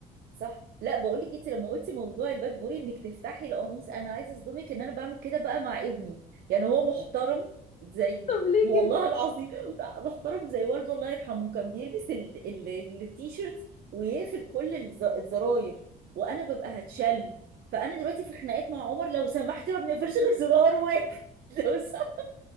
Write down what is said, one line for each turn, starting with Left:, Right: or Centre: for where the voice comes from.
Right: صح لا بقول لك انت لما قلتي موضوع الباد بوي انك تفتحي القميص انا عايزه اصدمك ان انا بعمل كده بقى مع ابني يعني هو محترم زي
Left: طب ليه
Right: والله
Left: كده
Right: العظيم <laughs> محترم زي والده الله يرحمه كان بيلبس ال- ال- التيشيرتس ويقفل كل الز- الزراير وانا ببقى هتشل فانا دلوقتي في خناقات مع عمر لو سمحت ما بنقفلش غير زرار واحد <laughs> لو سمحت